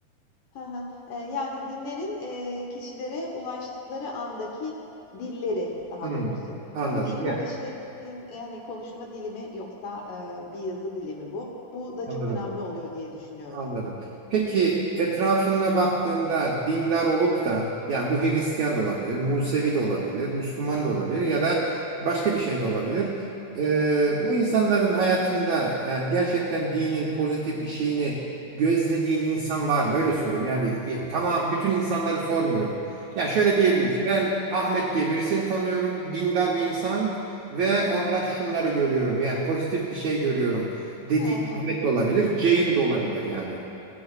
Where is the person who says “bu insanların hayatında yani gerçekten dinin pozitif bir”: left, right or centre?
Right